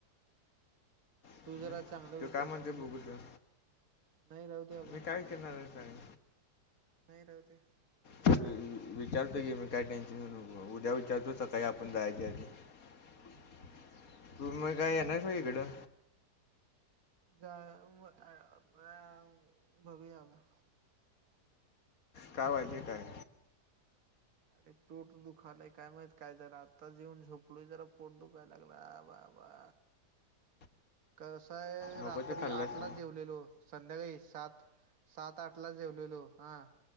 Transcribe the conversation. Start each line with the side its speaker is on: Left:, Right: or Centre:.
Left: हं?
Right: तू जरा चांगलं
Left: तो
Right: विचारशील
Left: काय म्हणते बघू
Right: रे.
Left: तर
Right: नाही राहू दे आबा
Left: मी काय विचारणार आहे सांग.
Right: नाही राहुदे.
Left: <unintelligible> विचारतो की मी काय टेन्शन घेऊ नको, उद्या विचारतो सकाळी आपण जायच्या आधी --
Right: राहू दे
Left: तुम्ही
Right: आबा
Left: काय येणार काय इकडं.
Right: जा <unintelligible> बघूया मग.
Left: का पाहिजे काय?
Right: अरे पोट दुखालाय काय माहित काय झालं आत्ता येऊन झोपलोय जरा पोट दुखायला लागला बा -- आबा.
Left: <inaudible>
Right: कसय
Left: नको
Right: रात्री
Left: ते खाल्लास
Right: आठ ला जेवलेलो संध्याकाळी सात -- सात आठ ला जेवलेलो हा.